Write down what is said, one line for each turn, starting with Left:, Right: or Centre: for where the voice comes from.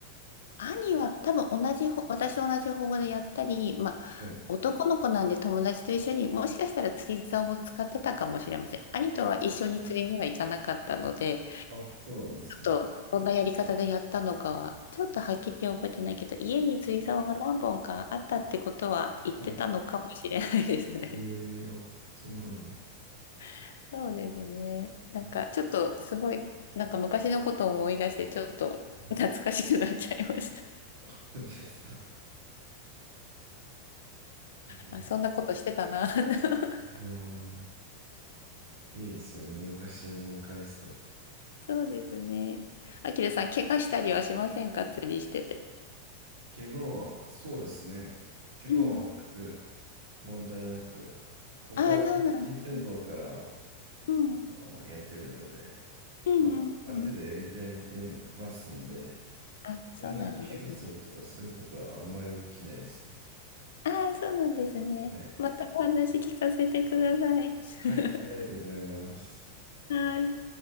Left: 兄は多分同じほ、私と同じ方法でやったり、まあ、
Right: はい。
Left: 男の子なんで友達と一緒にもしかしたら釣り竿も使ってたかもしれません。兄とは一緒に釣りには行かなかったので、
Right: あ、そうなんですね。
Left: ちょっとどんなやり方でやったのかは、ちょっとはっきり覚えてないけど、家に釣り竿が何本かあったってことは言ってたのかもしれないですね。
Right: はい。えー、あ、そうなんだ。
Left: <laughs> そうですね。なんかちょっとすごい、
Right: うん
Left: なんか昔のことを思い出して、ちょっと懐かしくなっちゃいました。
Right: はいそう <laughs> ですか。うん、
Left: あ、そんなことしてたな。<laughs>
Right: うんいいですよね。昔を思い返すと。
Left: そうですね。あきらさん、怪我したりはしませんか釣りしてて。
Right: 怪我は、そうですね。怪我は全く
Left: うん。
Right: 問題なく、僕はやっぱり小さい頃から
Left: ああ、そうなんですね。うん。
Right: あのやってるので、
Left: うんうんうん。
Right: まあ、ある程度やりてやりてますんで、
Left: あ、そうなんですね。
Right: そんなに怪我するとかそういうことはあんまり起きないですね。
Left: ああ、そうなんですね。
Right: はい。
Left: またお話聞かせてください。
Right: はい、
Left: <laughs>
Right: ありがとうございます。
Left: はい。